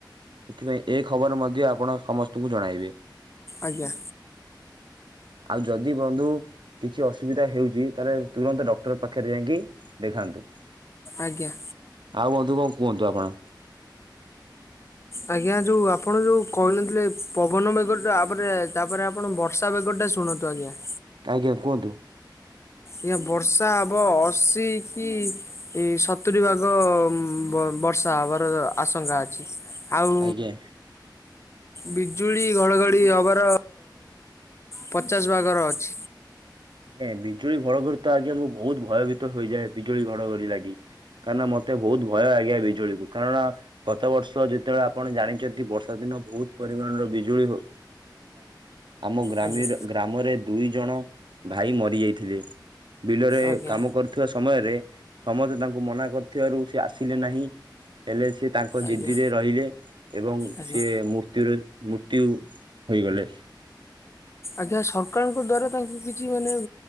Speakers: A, on the right (about 80°); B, on the left (about 35°).
A: ସେଥିପାଇଁ ଏ ଖବର ମଧ୍ୟ ଆପଣ ସମସ୍ତଙ୍କୁ ଜଣାଇବେ।
B: ଆଜ୍ଞା।
A: ଆଉ ଯଦି ବନ୍ଧୁ କିଛି ଅସୁବିଧା ହେଉଚି ତାହେଲେ ତୁରନ୍ତ ଡକ୍ଟର ପାଖରେ ଯାଇକି ଦେଖାନ୍ତୁ।
B: ଆଜ୍ଞା।
A: ଆଉ ବନ୍ଧୁ କଣ କୁହନ୍ତୁ ଆପଣ?
B: ଆଜ୍ଞା ଯଉ ଆପଣ ଯଉ କହିନଥିଲେ ପବନ ମେଘ ତାପରେ- ତାପରେ ଆ ଆପଣ ବର୍ଷା ବେଗ ଟା ଶୁଣନ୍ତୁ ଆଜ୍ଞା।
A: ଆଜ୍ଞା କୁହନ୍ତୁ।
B: ଇଏ ବର୍ଷା ହବ ଅସି କି ଏଇ ସତୁରି ଭାଗ ଉଁ- ବ-ବର୍ଷା ହବାର ଆଶଙ୍କା ଅଛି। ଆଉ
A: ଆଜ୍ଞା।
B: ବିଜୁଳି ଘଡ଼ଘଡ଼ି ହବାର ପଚାଶ୍ ଭାଗର ଅଛି।
A: ଏଁ- ବିଜୁଳି ଘଡ଼ଘଡ଼ି ତ ଆଜ୍ଞା ମୁଁ ବହୁତ୍ ଭୟଭୀତ ହେଇଯାଏ ବିଜୁଳି ଘଡଘଡି ଲାଗି। କାହିଁକିନା ମତେ ବହୁତ ଭୟ ଲାଗେ ବିଜୁଳିକୁ କାରଣ ଗତ ବର୍ଷ ଯେତେବେଳେ ଆପଣ ଜାଣିଚନ୍ତି ବର୍ଷା ଦିନ ବହୁତ୍ ପରିମାଣର ବିଜୁଳି ହ ଆମ ଗ୍ରାମିରେ-
B: ଆଜ୍ଞା
A: ଗ୍ରାମରେ ଦୁଇ ଜଣ ଭାଇ ମରି ଯାଇଥିଲେ। ବିଲରେ
B: ଆଜ୍ଞା
A: କାମ କରୁଥିବା ସମୟରେ ସମସ୍ତେ ତାଙ୍କୁ ମନା କରୁଥିବାରୁ ସେ ଆସିଲେ ନାହିଁ। ହେଲେ ସିଏ ତାଙ୍କ
B: ଆଜ୍ଞା
A: ଜିଦିରେ ରହିଲେ ଏବଂ
B: ଆଜ୍ଞା
A: ସିଏ ମୃତ୍ୟୁର- ମୃତ୍ୟୁ ହୋଇଗଲେ।
B: ଆଜ୍ଞା ସରକାରଙ୍କ ଦ୍ଵାରା ତାଙ୍କୁ କିଛି ମାନେ